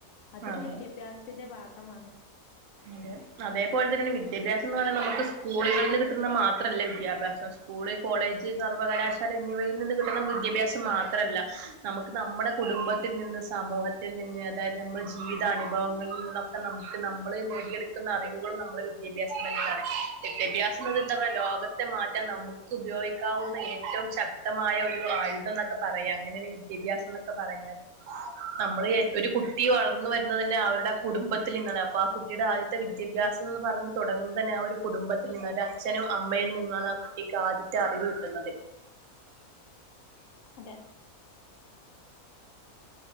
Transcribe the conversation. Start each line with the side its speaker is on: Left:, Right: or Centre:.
Left: അതൊരു
Right: അതെ
Left: വിദ്യാഭ്യാസത്തിന്റെ ഭാഗ കമാണ്
Right: അതെ അതേപോലെ തന്നെ വിദ്യാഭ്യാസം എന്ന് പറയുന്നത് നമുക്ക് സ്കൂളിൽ നിന്ന് കിട്ടുന്ന മാത്രമല്ല വിദ്യാഭ്യാസം സ്കൂള് കോളേജ് സർവകലാശാല എന്നിവയിൽ നിന്ന് കിട്ടുന്ന വിദ്യാഭ്യാസം മാത്രമല്ല നമു നമ്മുടെ കുടുംബത്തിൽ നിന്ന് സമൂഹത്തിൽ നിന്ന് അതായത് നമ്മുടെ ജീവിത അനുഭവങ്ങളിൽ നിന്നൊക്കെ നമുക്ക് നമ്മള് നേടിയ കിട്ടുന്ന അറിവുകളും നമ്മള് വിദ്യാഭ്യാസം തന്നാണ് വിദ്യാഭ്യാസം എന്നത് എന്താ പറയാ ലോകത്തെ മാറ്റാൻ നമുക്ക് ഉപയോഗിക്കാവുന്ന ഏറ്റവും ശക്തമായ ഒരു ആയുധം എന്നൊക്കെ പറയാം അങ്ങനെയാണ് വിദ്യാഭ്യാസം എന്നൊക്കെ പറഞ്ഞാല് നമ്മള് ഒരു കുട്ടി വളർന്നു വരുന്നത് തന്നെ അവരുടെ കുടുംബത്തിൽ നിന്നാണ് അപ്പൊ ആ കുട്ട ട്ടിയുടെ ആദ്യത്തെ വിദ്യാഭ്യാസം എന്ന് പറ ഞ്ഞ് തുടങ്ങുന്ന തന്നെ ആ ഒരു കുടുംബത്തിൽ നിന്നും ഒരു അച്ഛനും അമ്മയിൽ നിന്നാണ് ആ കുട്ടിക്ക് ആദ്യത്തെ അറിവ് കിട്ടുന്നത്
Left: അതെ